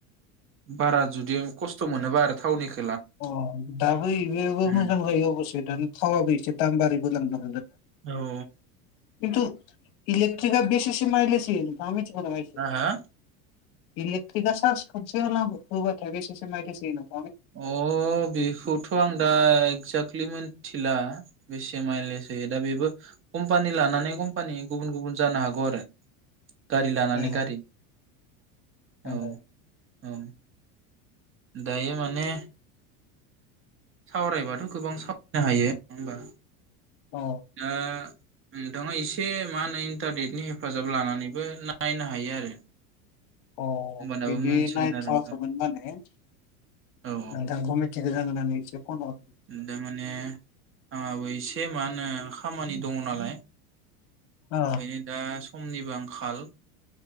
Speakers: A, on the right; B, on the left.
A: बारा जुदि खस्थ मोनोबा आरो थावनिख
B: अ दाबो इबो बो
A: उम
B: मोजां जायो अबसे दानि थावाबो एसे दाम बारि बोलांदो।
A: औ औ ओ
B: थु इलेक्ट्रिका बेसेसो माइलेज होयो नोंथांङा मिथिगोना?
A: हो
B: इलेक्ट्रिरकआ साज खनसे <unintelligible> बेसेेसो <unintelligible>
A: अ बेखौथ आं दा इकजा जाकलि मोनथिला बेसे मायेल एसे दा बेबो कम्पानि लानानै कम्पानि गुबुन गुबुन ज जानो हागौ आरो गारि लानानै
B: ए
A: गारि।
B: <unintelligible>
A: औ औ दायो मान ने सावरायबाथ' गोबां सावरायनो हायो, नङा होनबा?
B: औ
A: ओ नोंथाङा एसे मा होनो इन्टारनेटनि हेफाजाब लानानैबो नायनो हायो आरो।
B: अ
A: होमबानाबो
B: बिदि
A: मोनथिगोन
B: नायथ'वाखैमोन
A: आरो नोंथां
B: माने। नोंथांखौ
A: औ
B: मिथि <unintelligible>
A: उम दा माने आङाबो इसे से मानो खामानि दङ नालाय
B: अ
A: ओंखायनो दा समनिबो आं खाल